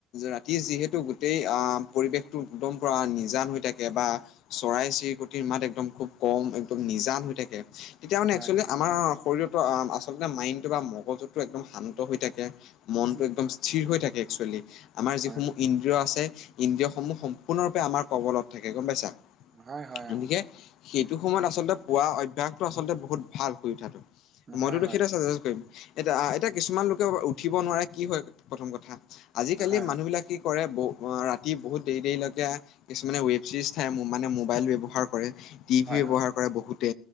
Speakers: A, on the left; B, on the right.
A: ৰাতি যিহেতু গোটেই আ পৰিৱেশটো একদম পোৰা নিজান হৈ থাকে বা চৰাই চিৰিকটিৰ মাত একদম খুব কম একদম নিজান হৈ থাকে তেতিয়া মানে
B: হয়
A: একচুৱেলি আমাৰ শৰীৰতো আ আচলতে মাইণ্ডটো বা মগজুো একদম শান্ত হৈ থাকে মনটো
B: উম,
A: একদম স্থিৰ হৈ থাকে একচুৱেলি আমাৰ যিসমূহ
B: হয়
A: ইন্দ্ৰিয় আছে ইন্দ্ৰিয় সমূহ সম্পূৰ্ণৰূপে আমাৰ কবলত থাকে গম পাইছা
B: হয় হয়
A: গতিকে
B: অ
A: সেইটো সময়ত আচলতে পুৱা অভ্যাসটো আচলতে বহুত ভাল শুই উঠাটো মইতোতো
B: হয় হয়
A: সেইটো চাচাইজ কৰিম এতিয়া এতিয়া কিছুমান লোকে উঠিব নোৱাৰে কি হয় প্ৰথম কথা আজিকালি
B: হয়
A: মানুহবিলাক কি কৰে ব আ ৰাতি বহুত দেৰি দেৰিলগে কিছুমানে ৱেব ছিৰিজ চাই মো মানে মোবাইল ব্যৱহাৰ কৰে টিভি
B: হয়
A: ব্যৱহাৰ ক কৰে বহুতে